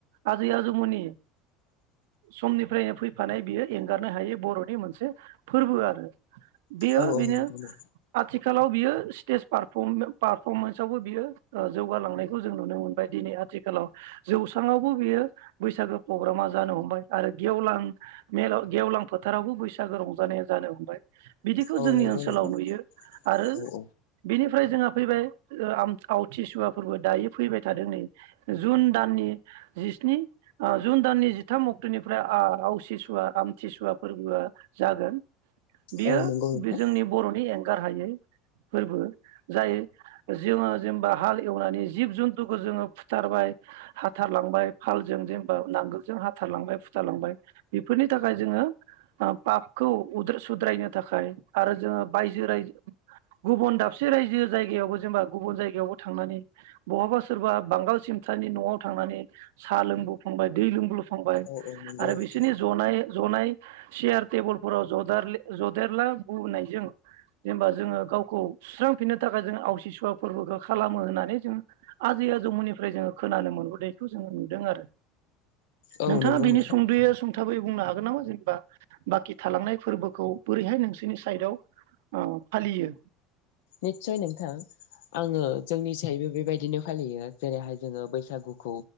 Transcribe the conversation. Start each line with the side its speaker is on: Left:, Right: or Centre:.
Right: आजै आजौमोननि समनिफ्रायनो फैफानाय बियो एंगारनो हायै बर'नि मोनसे फोरबो आरो। बेयो
Left: औ औ
Right: बेनो
Left: नंगौ नों
Right: आथि खालाव बियो सिटेज पारफम पारफमेनस आवबो बियो ओ जौगालांनायखौ जों नुनो मोनबाय दिनै आथिखालाव जौ स्राङावबो बियो बैसागो प्रग्रामा जानो हमबाय आरो गेवलां मेलाव गेवलां फोथारावबो बैसागो रंजानाया जानो हमबाय। बिदिखौ
Left: औ
Right: जोंनि
Left: नंगौ
Right: ओनसोलाव
Left: नोंथां
Right: नुयो आरो
Left: औ औ
Right: बिनि ओमफ्राय जोंङो फैबाय ओ आम आवथिसुवाफोरबो दायो फैबाय थादों नै जुन दाननि। जिस्नि ओ जुन दाननि जिथाम अक्ट'निफ्राय ओ आवसि सुवा आमथिसुवा फोरबोआ जागोन। बियो
Left: औ नंगौ नोंथां
Right: बे जोंनि बर'नि एं गारहायै फोरबो जाय जोङो जेनेबा हाल एवनानै जिब जुन्थुखौ जोङो फुथारबाय। थारलांबाय फालजों जेनबा नांगोलजों हाथारलांबाय फुथारलांबाय बेफोरनि थाखाय जोङो ओ पापखौ उद्रो सुद्रायनो थाखाय आरो जोङो बायजो राय गुबुन दाबसे राइजो जायगायावबो जेनबा गुबुन जायगायाव बो थांनानै बहाबा सोरबा बांगाल सिमथानि न'आव थांनानै साहा लोंबो फ्लांबाय दै लोंब्लो फांबाय
Left: औ औ नंगौ
Right: आरो
Left: नोंथां
Right: बिसोरनि जनाय जनाय सियार टेबोलफोराव जदेरलि जदेरला बोनायजों जेनबा जोङो गावखौ सुस्रांफिननो थाखाय जों आवसि सुवा फोरबोखौ खालामो होननानै जों आजै आजौमोननिफ्राय जोङो खोनानो मोनबो नायखौ जोङो नुदों आरो।
Left: औ
Right: नोंथाङा
Left: नंगौ
Right: बिनि
Left: नोंथां
Right: सुंद'यो सुं थाबै बुंनो हागोन नामा जेनबा बाखि थालांनाय फोरबोखौ बोरैहाय नोंसोरनि साइदआव ओ फालियो?
Left: निस्सय नोंथां। आंङो जोंनि सायबो बेबायदिनो फालियो जेरैहाय जोङो बैसागुखौ